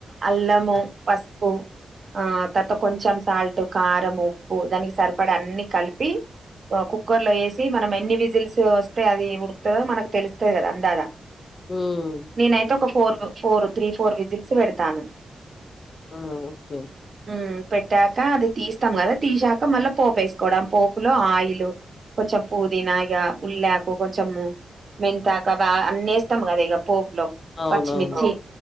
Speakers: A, on the right; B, on the left.
A: అల్లము పసుపు ఆ తర్వాత కొంచెం సాల్ట్ కారం ఉప్పు దానికి సరిపడ అన్ని కలిపి కుక్కర్లో వేసి మనం ఎన్ని విజిల్స్ వస్తే అది ఉడుకుతదో మనకు తెలుత్తది కదా అందదా
B: హ్మ్.
A: నేనైతే ఒక four four three four whistles పెడతాను
B: ఆ! ఓకే.
A: పె పేట్టాక అది తీస్తాం కదా తీసాక మళ్ళీ పోపు వేసుకోవడం ఆ పోపులో ఆయిల్ కొంచెం పుదీనాగా ఉల్లాకు కొంచెం మెంతాక బాగా అన్నేస్తము కద ఇ పోపులో
B: అవునవును.
A: పచ్చిమిర్చి